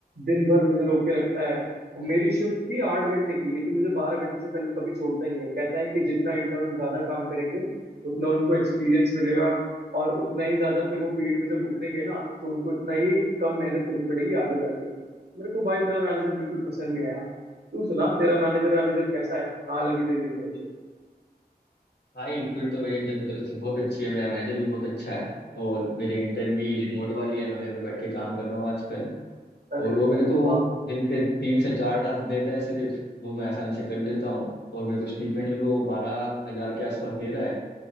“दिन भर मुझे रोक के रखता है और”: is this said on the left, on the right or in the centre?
Right